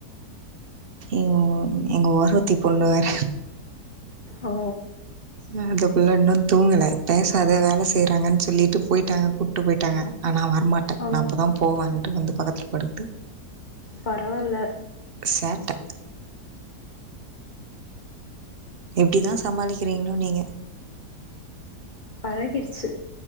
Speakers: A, on the right (about 55°); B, on the left (about 40°).
A: எங் எங்க ஒரவத்தி பொண்ணு வேற
B: ஓ
A: அ இந்த புள்ள இன்னு தூங்கல பேசாத வேல செய்றாங்கன்னு சொல்லிட்டு போயிட்டாங்க கூ ட்டு போயிட்டாங்க ஆ நா வரமாட்டே
B: ஓ
A: நா அப்பதா போவேன்ட்டு வந்து பக்கத்துல படுத்து
B: பரவா இல்ல
A: சேட்ட எப்டி தா சமாளிக்கிறீங்களோ நீங்க
B: பழகிருச்சு